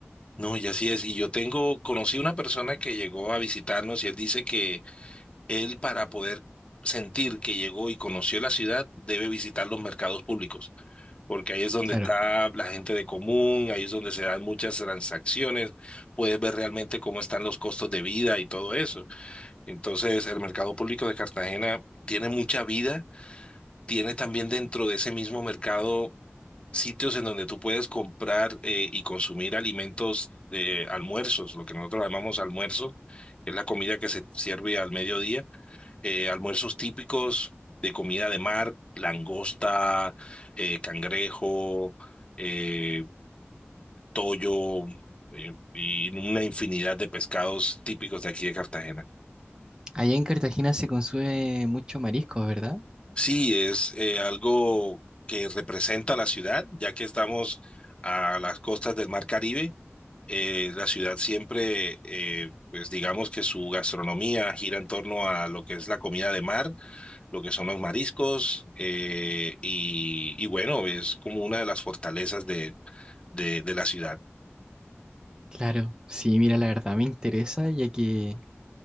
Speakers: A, on the left; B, on the right.
A: No, y así es. Y yo tengo, conocí una persona que llegó a visitarnos y él dice que él para poder sentir que llegó y conoció la ciudad debe visitar los mercados públicos. porque ahí es donde
B: claro.
A: está la gente de común, ahí es donde se dan muchas transacciones, puedes ver realmente cómo están los costos de vida y todo eso. Entonces, el mercado público de Cartagena tiene mucha vida, tiene también dentro de ese mismo mercado sitios en donde tú puedes comprar eh, y consumir alimentos, eh, almuerzos, lo que nosotros llamamos almuerzo, que es la comida que se sirve al mediodía eh, almuerzos típicos de comida de mar, langosta, eh, cangrejo, eh, toyo, eh, y una infinidad de pescados típicos de aquí de Cartagena.
B: Allá en Cartagena se consume mucho marisco, ¿verdad?
A: Sí, es eh, algo que representa la ciudad, ya que estamos a las costas del Mar Caribe. eh, la ciudad siempre, eh, pues digamos que su gastronomía gira en torno a lo que es la comida de mar lo que son los mariscos eh, y, y bueno, es como una de las fortalezas de, de, de la ciudad.
B: Claro, sí, mira, la verdad me interesa, ya que